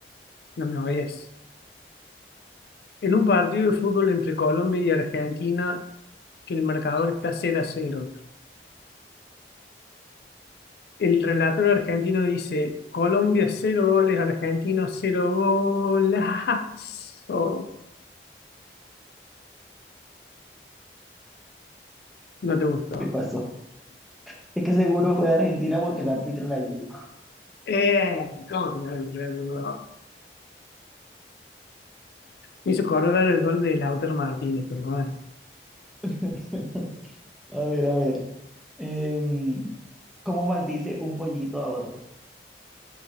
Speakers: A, on the left; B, in the centre.
A: no me oyes. En un partido de fútbol entre Colombia y Argentina, que el marcador está cero a cero El relator argentino dice, Colombia cero goles, Argentino 0 golazo. No te gustó.
B: ¿Qué pasó? Es que seguro fue de Argentina porque el árbitro la ayudó.
A: Eh, ¿cómo que no? Me hizo acordar el gol de Lautaro Martínez, pero bueno.
B: <laughs> A ver, a ver. Em, ¿cómo maldice un pollito a otro?